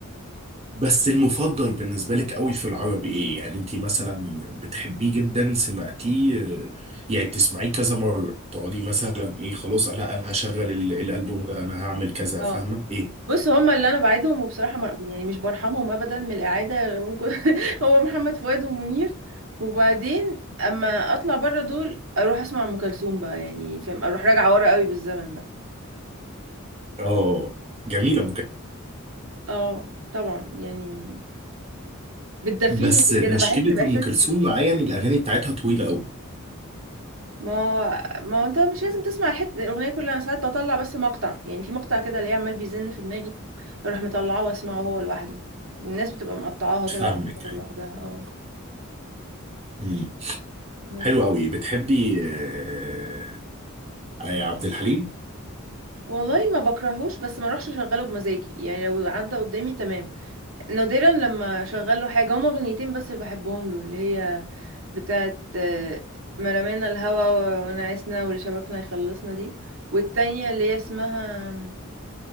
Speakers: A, on the right; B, on the right.
A: بس المفضل بالنسبه لك قوي في العربي ايه يعني انت مثلا بتحبيه جدا سمعتيه آه، يعني بتسمعيه كذا مره تقعدي مثلا ايه خلاص لا انا هشغل ال- الالبوم ده انا هعمل
B: <laughs>
A: كذا
B: اه
A: فاهمه ايه
B: بص هما اللي انا بعيدهم وبصراحه مر... يعني مش برحمهم ابدا من الاعاده ممكن <laughs> هو محمد فؤاد ومنير وبعدين اما اطلع بره دول اروح اسمع ام كلثوم بقى يعني فاهم اروح راجعه ورا قوي بالزمن بقى
A: اه جميله ام كلثوم
B: اه طبعا يعني بتدفيني
A: بس مشكله
B: كده بحس باحساس
A: ام كلثوم معايا ان الاغاني بتاعتها طويله قوي
B: ما ما هو انت مش لازم تسمع حت... الاغنيه كلها انا ساعات بطلع بس مقطع يعني في مقطع كده اللي عمال بيزن في دماغي اروح مطلعاه واسمعه هو لوحده الناس بتبقى مقطعاها كده
A: فاهمك
B: وحطاها لوحدها اه
A: يعني
B: بس
A: حلو قوي بتحبي آه، آه، عبد الحليم
B: والله ما بكرهوش بس ما اروحش اشغله بمزاجي يعني لو عدى قدامي تمام نادرا لما اشغله حاجه هما اغنيتين بس اللي بحبهم له اللي هي بتاعت آه، مرمانا الهوا ونعسنا واللي شبكنا يخلصنا دي والتانية اللي هي اسمها